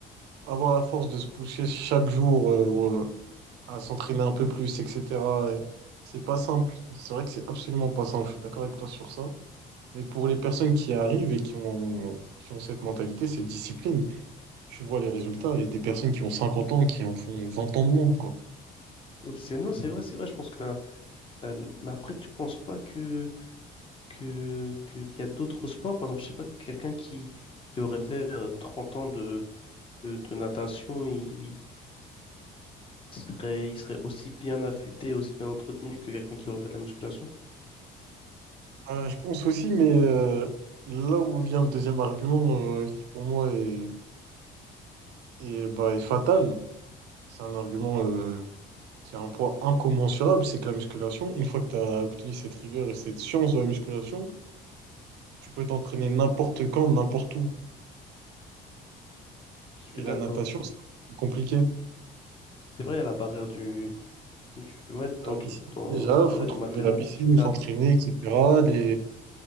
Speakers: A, on the right; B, on the left.
A: avoir la force de se pousser chaque jour euh, euh, à s'entraîner un peu plus, etc., et c'est pas simple. C'est vrai que c'est absolument pas simple. Je suis d'accord avec toi sur ça. Mais pour les personnes qui arrivent et qui ont, qui ont cette mentalité, c'est discipline. tu vois les résultats. Il y a des personnes qui ont 50 ans qui en font 20 ans de moins, quoi.
B: C'est, non, c'est vrai, c'est vrai. Je pense que là, mais après, tu penses pas que, que, que- qu'il y a d'autres sports. Par exemple, je sais pas, quelqu'un qui, qui aurait fait euh, 30 ans de, de, de natation, il, il serait, il serait aussi bien affûté, aussi bien entretenu que quelqu'un qui aurait fait de la musculation.
A: Euh, je pense aussi, mais euh, là où vient le deuxième argument, euh, qui pour moi est, est, bah, est fatal, c'est un argument euh, qui a un poids incommensurable, c'est que la musculation, une fois que tu as obtenu cette rigueur et cette science de la musculation, tu peux t'entraîner n'importe quand, n'importe où.
B: Je suis
A: Et la
B: d'accord.
A: natation, c'est un peu plus compliqué.
B: C'est vrai, il y a la barrière du, Du, ouais, dans
A: La piscine,
B: tout, dans,
A: déjà,
B: du,
A: faut
B: ouais,
A: trouver
B: du matériel,
A: la piscine
B: du cadre,
A: où s'entraîner, etc. Les,